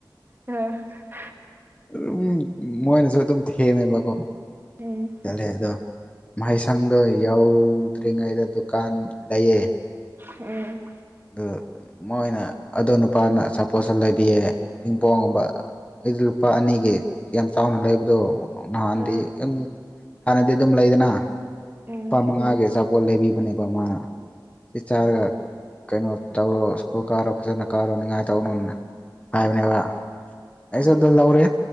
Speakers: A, on the right (about 30°); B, on the left (about 15°).
A: <unintelligible>
B: ꯎꯝ ꯃꯣꯏꯅꯖꯨ ꯑꯗꯨꯝ ꯊꯦꯝꯃꯦꯕꯀꯣ꯫
A: ꯎꯝ꯫
B: ꯆꯠꯂꯦ ꯑꯗꯣ ꯃꯍꯩꯁꯪꯗꯣ ꯌꯧꯗ꯭ꯔꯤꯉꯩꯗ ꯗꯨꯀꯥꯟ ꯂꯩꯌꯦ꯫
A: ꯎꯝ꯫
B: ꯑꯗꯨ ꯃꯣꯏꯅ ꯑꯗꯣ ꯅꯨꯄꯥꯅ ꯑꯆꯥꯄꯣꯠꯁꯨ ꯂꯩꯕꯤꯌꯦ ꯄꯤꯡꯄꯣꯡꯒꯨꯝꯕ꯫ ꯑꯩꯗꯤ ꯂꯨꯄꯥ ꯑꯅꯤꯒꯤ ꯌꯥꯝ ꯆꯥꯎꯅ ꯂꯩꯕꯗꯣ ꯅꯍꯥꯟꯗꯤ
A: ꯎꯝ
B: ꯑꯪ_ _ ꯍꯥꯟꯅꯗꯤ ꯑꯗꯨꯝ ꯂꯩꯗꯅ
A: ꯎꯝ
B: ꯂꯨꯄꯥ ꯃꯉꯥꯒꯤ ꯑꯆꯥꯄꯣꯠ ꯂꯩꯕꯤꯕꯅꯦꯕ ꯃꯥꯅ꯫ ꯁꯤ ꯆꯥꯔꯒ ꯀꯩꯅꯣ ꯇꯧꯔꯣ ꯁ꯭ꯀꯨꯜ ꯀꯥꯔꯣ ꯐꯖꯅ ꯀꯥꯔꯣ ꯅꯤꯉꯥꯏ ꯇꯧꯅꯣꯅ꯫ ꯍꯥꯏꯕꯅꯦꯕ ꯑꯩꯁꯨ
A: ꯎꯝ ꯎꯝ
B: ꯑꯗꯨ ꯂꯧꯔꯦ